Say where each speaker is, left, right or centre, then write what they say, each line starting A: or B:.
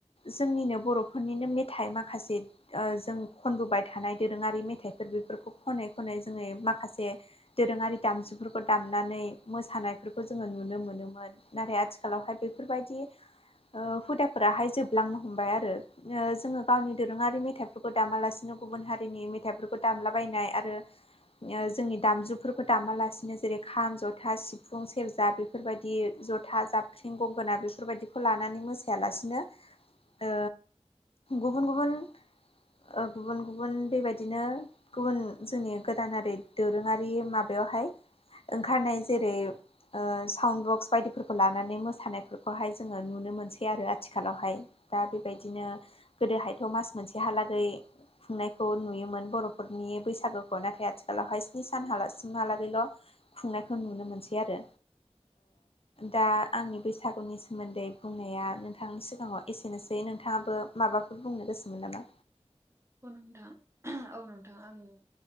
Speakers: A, on the left; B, on the right.
A: जोंनिनो बर'फोरनिनो मेथाइ माखासे ओ जों खनबोबाय थानाय दोरोङारि मेथाइफोर बेफोरखौ खनै खनै जोङो माखासे दोरोङारि दामजुफोरखौ दामनानै मोसानायफोरखौ जोङो नुनो मोनोमोन नाथाय आथिखालावहाय बेफोरबायदि ओ हुदाफोराहाय जोबलांनो हमबाय आरो ओ जोङो गावनि दोरोङारि मेथाइफोरखौ दामालासिनो गुबुन हारिनि मेथाइफोरखौ दामलाबायनाय आरो यो जोंनि दामजुफोरखौ दामालासिनो जेरै खाम जथ था सिफुं सेरजा बेफोरबायदि जथा जाब गंगोना बेफोरबायदिखौ लानानै मोसायालासिनो ओ गुबुन गुबुन ओ गुबुन गुबुन बेबादि दिनो गुबुन जोंनि गोदानारि दोरोङारि माबायावहाय ओंखारनाय जेरै साउन्ड बक्स बायदिफोरखौ लानानै मोसानायफोरखौहाय जोङो नुनो मोनसै आरो आथिखालावहाय दा बेबायदिनो गोदोहायथ' मास मोनसेहालागै खुंनायखौ नुयोमोन बर'फोरनि बैसागोखौ नाथाय आथिखालावहाय स्नि सानसिमहालागैल' खुंनायखौ नुनो मोनसै आरो दा आंनि बैसागुनि सोमोन्दै बुंनाया नोंथांनि सिगाङाव एसेनोसै नोंथाङाबो माबाफोर बुंनो गोसोमोन नामा
B: औ नोंथां औ नोंथां आङो